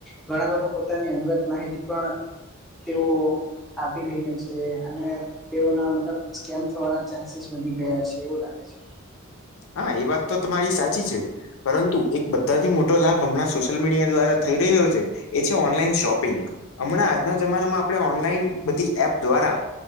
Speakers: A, in the centre; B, on the left.
A: ઘણા લોકો પો. ની અંગત નહ પણ. તેઓ આપી રહ્યા છે અને તેઓના મતલબ સ્કેમ થવાના ચાન્સ. ગયા છે એવું લાગે છે મને.
B: હા એ વાત તો તમારી સાચી છે પરંતુ એક બધાથી મોટો લાભ હમણાં સોશિયલ મીડિયા દ્વારા થઈ રહ્યો. શોપિંગ હમણાં આજના જમાનામાં આપણે ઓનલાઈન બધી એપ દ્વારા.